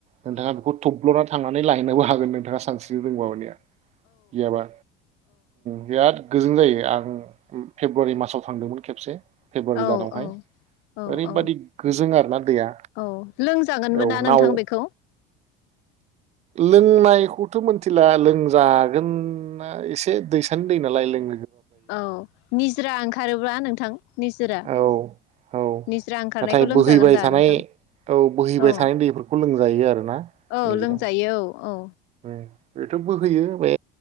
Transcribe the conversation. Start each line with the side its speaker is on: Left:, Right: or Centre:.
Right: नोंथाङा बेखौ थब्ल'ना थांनानै लायो। नोबो हागोन। सानस्रिनो रोंबा मानिया गैयाबा बिराद गोजों जायो आं फेब्रुवारि मासाव थांदोंमोन खेबसे। फेब्रुवारि
Left: औ
Right: दानावहाय
Left: औ औ
Right: ओरैबादि
Left: औ
Right: गोजों आरोना दैया
Left: औ लोंजागोनबो
Right: औ
Left: ना नोंथां
Right: नाव
Left: बेखौ।
Right: लोंनायखौथ' मिथिला लोंजागोना एसे दैसानि दै नालाय लों।
Left: औ निजोरा ओंखारोब्ला। नोंथां निजोरा
Right: औ औ
Left: निजोरा ओंखारनायखौ
Right: नाथाय
Left: लोंजागोन
Right: बोहैबाय
Left: दा
Right: थानाय
Left: नोंथां
Right: बोहैबाय
Left: औ
Right: थानाय दैफोरखौ लोंजायो आरोना
Left: औ
Right: निजोरा
Left: लोंजायो औ औ।
Right: बेथ' बो होैयो बे